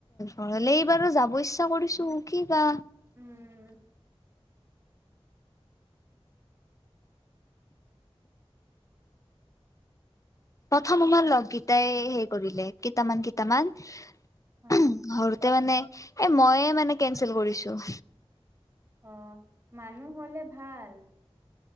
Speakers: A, on the left (about 30°); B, on the right (about 25°).
A: ঘৰলে বাৰু যাব ইচ্ছা কৰিছো, কি বা
B: উম।
A: প্ৰথম আমাৰ লগকেইটাই হেৰি কৰিলে, কেইটামান কেইটামান।
B: অ
A: কৰোঁতে মানে এ ময়ে মানে কেঞ্চেল কৰিছো।
B: অ', মানুহ হ'লে ভাল।